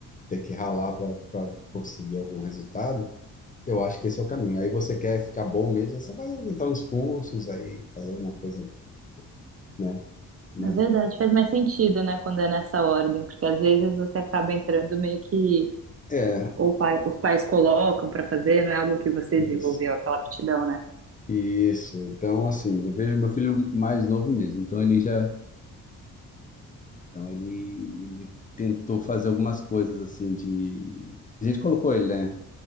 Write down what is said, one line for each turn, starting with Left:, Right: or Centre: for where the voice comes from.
Left: ter que ralar para conseguir algum resultado, eu acho que esse é o caminho. Aí você quer ficar bom mesmo, você vai entrar nos cursos, aí fazer alguma coisa, né? Mas
Right: É verdade. Faz mais sentido, né, quando é nessa ordem, porque às vezes você acaba entrando meio que
Left: é,
Right: ou o pai- os pais colocam para fazer, não é algo que você desenvolveu,
Left: isso,
Right: aquela aptidão, né?
Left: isso. Então, assim, eu vejo meu filho mais novo mesmo, então ele já, então ele, ele tentou fazer algumas coisas assim de, a gente colocou ele, né?